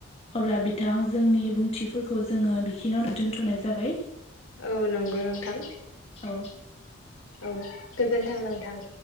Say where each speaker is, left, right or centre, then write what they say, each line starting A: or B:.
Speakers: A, on the left; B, on the left.
A: अब्ला बिथां जोंनि बुंथिफोरखौ जोङो बिखिनिावनो दोनथ'नाय जाबाय।
B: औ नंगौ नोंथां
A: औ
B: औ गोजोनथों नोंथां।